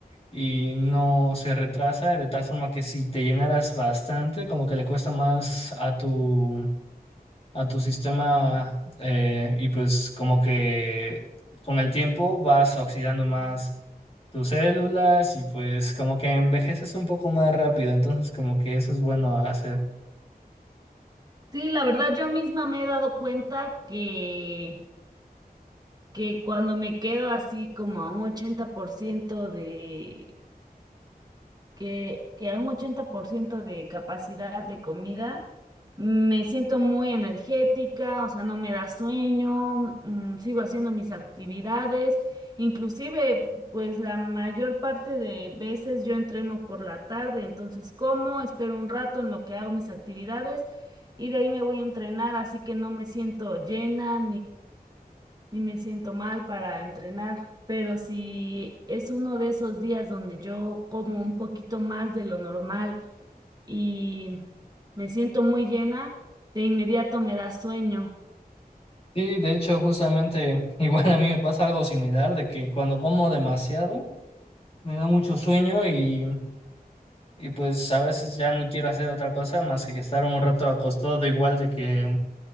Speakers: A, on the left; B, on the right.
A: y no se retrasa, de tal forma que si te llenaras bastante, como que le cuesta más a tu, a tu sistema eh, y pues como que con el tiempo vas oxidando más tus células y pues como que envejeces un poco más rápido, entonces como que eso es bueno hacer.
B: Sí, la verdad yo misma me he dado cuenta que, que cuando me quedo así como a un 80% de, que, que a un 80% de capacidad de comida me siento muy energética, o sea, no me da sueño, mm, sigo haciendo mis actividades, inclusive pues la mayor parte de veces yo entreno por la tarde, entonces como, espero un rato en lo que hago mis actividades y de ahí me voy a entrenar, así que no me siento llena y me siento mal para entrenar, pero si es uno de esos días donde yo como un poquito más de lo normal y me siento muy llena, de inmediato me da sueño.
A: Sí, de hecho, justamente <laughs> igual a mí me pasa algo similar, de que cuando como demasiado me da mucho sueño y, y pues a veces ya ni quiero hacer otra cosa más que estar un rato acostado, igual de que,